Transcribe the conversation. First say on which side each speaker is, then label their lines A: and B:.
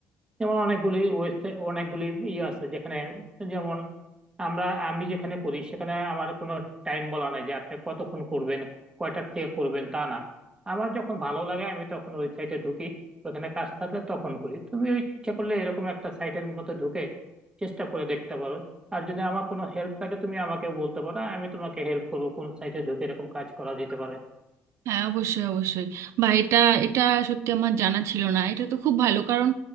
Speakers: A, on the right; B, on the right.
A: যেমন অনেকগুলি ওয়েবসাইট অনেকগুলি ইয়ে আছে যেখানে যেমন আমরা আমি যেখানে করি সেখানে আমার কোনো টাইম বলা নাই যে আপনি কতক্ষণ করবেন কয়টার থেকে করবেন তা না আমার যখন ভালো লাগে আমি তখন ওই সাইটে ঢুকি ওখানে কাজ থাকলে তখন করি তুমি ওই ইচ্ছা করলে এরকম একটা সাইটের মধ্যে ঢুকে চেষ্টা করে দেখতে পারো আর যদি আমার কোনো হেল্প লাগে তুমি আমাকে বলতে পারো আমি তোমাকে হেল্প করবো কোন সাইটে ঢুকে এরকম কাজ করা যেতে পারে
B: হ্যাঁ অবশ্যই অবশ্যই বা এটা এটা সত্যি আমার জানা ছিল না এটা তো খুব ভালো কারণ